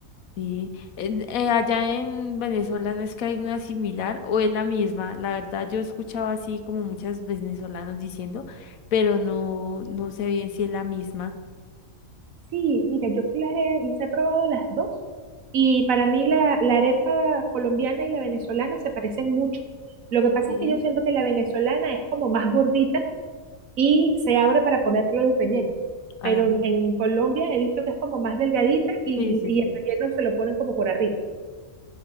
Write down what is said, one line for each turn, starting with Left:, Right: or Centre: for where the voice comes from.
Left: Sí. En- eh, allá en Venezuela no es que hay una similar o es la misma. La verdad, yo escuchaba así como muchos venezolanos diciendo, pero no, no sé bien si es la misma.
Right: Sí, mira, yo las he, las he probado las dos y para mí la, la arepa colombiana y la venezolana se parecen mucho. Lo que pasa
Left: Sí.
Right: es que yo siento que la venezolana es como más gordita y se abre para ponerle el relleno,
Left: Ah,
Right: pero en, en Colombia he visto que es como más delgadita y,
Left: sí, sí,
Right: y el
Left: sí.
Right: relleno se lo ponen como por arriba.